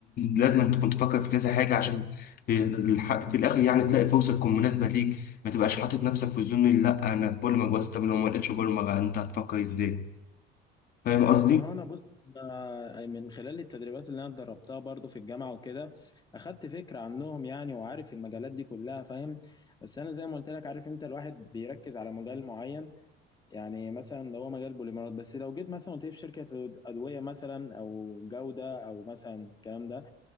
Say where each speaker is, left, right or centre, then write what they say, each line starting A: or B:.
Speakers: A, on the left; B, on the left.
A: لازم أن تكون تفكر في كذا حاجه عشان في الح- في الاخر يعني تلاقي فرصه تكون مناسبه ليك ما تبقاش حاطط نفسك في زون لا انا بوليمر بس طب لو ما لقيتش بوليمر انت هتفكر ازاي فاهم قصدي؟
B: ما هو أنا بص أنا من خلال التدريبات اللي أنا اتدربتها برضو في الجامعة وكده أخدت فكرة عنهم يعني وعارف المجالات دي كلها فاهم بس أنا زي ما قلت لك عارف أنت الواحد بيركز على مجال معين يعني مثلا لو هو مجال بوليمرات بس لو جيت مثلا قلت لي في شركة أدوية مثلا أو جودة أو مثلا الكلام ده